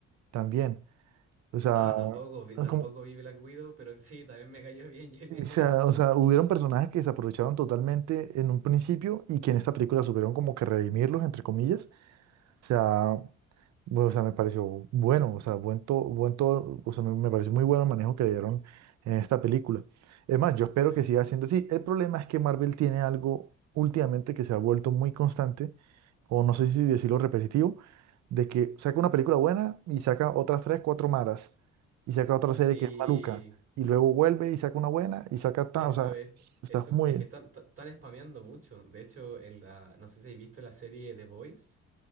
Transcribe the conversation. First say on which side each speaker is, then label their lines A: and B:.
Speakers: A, on the right; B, on the right.
A: también. O sea,
B: Ah,
A: ah,
B: tampoco vi, tampoco
A: como,
B: vi Black Widow, pero sí, también me cayó bien <laughs> Yelena.
A: o sea, o sea, hubieron personajes que se aprovecharon totalmente en un principio y que en esta película supieron como que redimirlos, entre comillas. O sea, Bueno, o sea, me pareció bueno, o sea, buen to- buen todo, o sea, me, me pareció muy bueno el manejo que le dieron en esta película. Es más, yo espero
B: Sí.
A: que siga siendo así. El problema es que Marvel tiene algo últimamente que se ha vuelto muy constante, o no sé si decirlo repetitivo, de que saca una película buena y saca otras tres, cuatro malas, y saca otra
B: Sí,
A: serie que es maluca, y luego vuelve y saca una buena y saca tal,
B: eso
A: o sea,
B: es,
A: está
B: eso
A: muy...
B: es que están, están spameando mucho. De hecho, en la, no sé si habéis visto la serie The Boys.